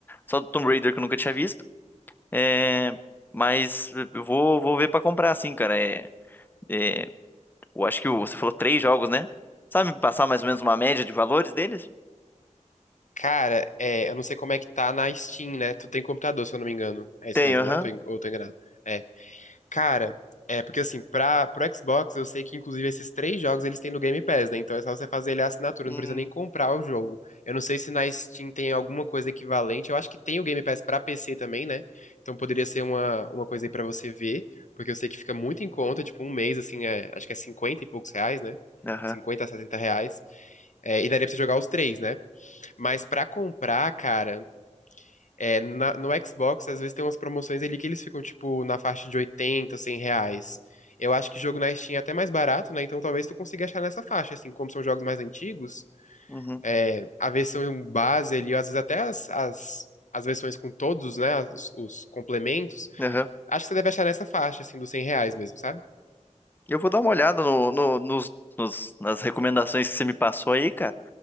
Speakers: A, on the left; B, on the left.
A: Só do Tomb Raider que eu nunca tinha visto. É, mas eu vou, vou ver pra comprar, assim, cara. É, é, Eu acho que o- você falou três jogos, né? Sabe me passar mais ou menos uma média de valores deles?
B: Cara, é, eu não sei como é que tá na Steam, né? Tu tem computador, se eu não me engano. É isso
A: Tenho,
B: mesmo,
A: aham.
B: né? Eu tô en- ou eu tô enganado. É. Cara, é porque assim, pra, pro Xbox, eu sei que inclusive esses três jogos eles têm no Game Pass, né? Então é só você fazer ele a assinatura,
A: Hum,
B: não precisa nem comprar o jogo. Eu não sei se na Steam tem alguma coisa equivalente. Eu acho que tem o Game Pass pra PC também, né? Então poderia ser uma, uma coisa aí pra você ver, porque eu sei que fica muito em conta, tipo um mês, assim, é, acho que é 50 e poucos reais, né?
A: Aham.
B: cinquenta a sessenta reais. É, e daria pra você jogar os três, né? Mas pra comprar, cara. É, na- no Xbox, às vezes tem umas promoções ali que eles ficam, tipo, na faixa de 80, 100 reais. Eu acho que jogo na Steam é até mais barato, né? Então talvez tu consiga achar nessa faixa, assim, como são jogos mais antigos,
A: uhum,
B: é, a versão base ali, ou às vezes até as, as, as versões com todos, né? Os, os complementos.
A: aham.
B: Acho que você deve achar nessa faixa, assim, dos 100 reais mesmo, sabe?
A: Eu vou dar uma olhada no, no- nos, nos- nas recomendações que você me passou aí, cara.